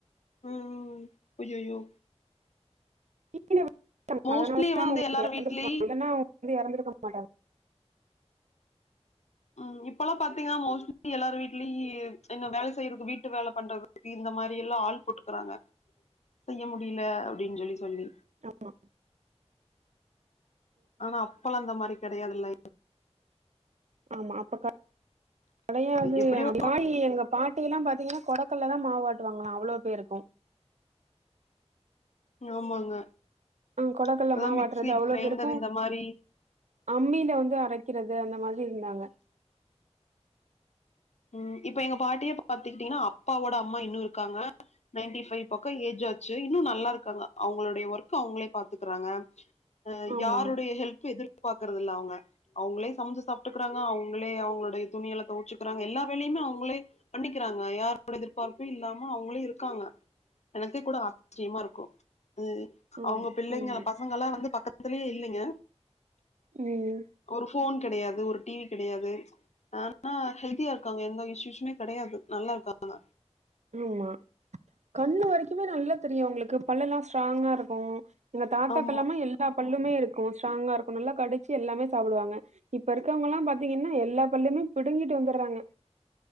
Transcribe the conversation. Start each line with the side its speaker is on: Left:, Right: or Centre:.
Left: ம் அய்யயோ
Right: கீழ <inaudible>
Left: மோஸ்ட்லி
Right: அதனால தா
Left: வந்து
Right: அவங்க
Left: எல்லார்
Right: எறந்து
Left: வீட்லி
Right: போனா இல்லன்னா அவங்க வந்து எறந்துருக்க மாட்டாங்க
Left: ம் இப்பல்லா பாத்தீங்கனா மோஸ்ட்லி எல்லாரு வீட்லயி என்ன வேல செய்யறது வீட்டு வேல பண்றது இந்த மாரி எல்லா ஆள் போட்டுக்குறாங்க செய்ய முடில அப்டின் சொல்லி சொல்லி
Right: ஆமா
Left: ஆனா அப்பெல்லா அந்த மாரி கெடையாதுல்ல
Right: ஆமா அப்ப கெடையாது
Left: எப்டியோ
Right: மாயி எங்க பாட்டியெல்லா பாத்தீங்கனா கொடக்கல்ல தா மாவாட்டுவாங்லா அவ்ளோ பேருக்கு
Left: ஆமாங்க
Right: ஆ கொடகல்ல
Left: இப்பதா
Right: மாவாட்றது
Left: மிக்சி
Right: அவ்ளோ
Left: கிரைண்டர்
Right: பேருக்கு
Left: இந்த மாரி
Right: அம்மில வந்து அரைக்கிறது அந்த மாரி இருந்தாங்க
Left: ம் இப்ப எங்க பாட்டியே பாத்துக்கிட்டீங்னா அப்பாவோட அம்மா இன்னு இருக்காங்க நைன்டி ஃபைவ் பக்கோ ஏஜ் ஆச்சு இன்னு நல்லாருக்காங்க அவங்களுடைய ஒர்க் அவுங்ளே பாத்துக்குறாங்க அ
Right: ஆமா
Left: யாருடைய ஹெல்ப் எதிர் பாக்கறத இல்ல அவுங்க அவுங்ளே சமஞ்சு சாப்ட்டுக்கறாங்க அவுங்ளே அவுங்ளுடைய துணியலா தொவச்சி அப்றோ அங்க எல்லா வேலயுமே அவுங்ளே பண்ணிக்கிறாங்க யாரோட எதிர்பார்ப்பு இல்லாம அவுங்ளே இருக்காங்க எனக்கே கூட <inaudible> இருக்கு ம்
Right: ஆமா உம்
Left: அவுங்க பிள்ளைங்க பசங்க எல்லா வந்து பக்கத்துலயே இல்லேங்க
Right: ம்
Left: ஒரு ஃபோன் கெடையாது ஒரு டிவி கெடையாது ஆனா ஹெல் த்தியா இருக்காங்க எந்த இஷ்யுஸ்மே கெடையாது நல்லா இருக்காங்க
Right: இல்லங்க கண்ணு வரைக்குமே நல்லா தெரியு அவுங்ளுக்கு பல்லெல்லா ஸ்ட்ராங்கா இருக்கு எங்க தாத்தாக்கெல்லாமே
Left: ஆமா
Right: எல்லா பல்லுமே இருக்கு ஸ்ட்ராங்கா இருக்கு நல்லா கடிச்சி எல்லாமே சாப்டுவாங்க இப்ப இருக்கறவங்கலா பாத்தீங்கனா எல்லா பல்லுமே பிடுங்கிட்டு வந்தர்றாங்க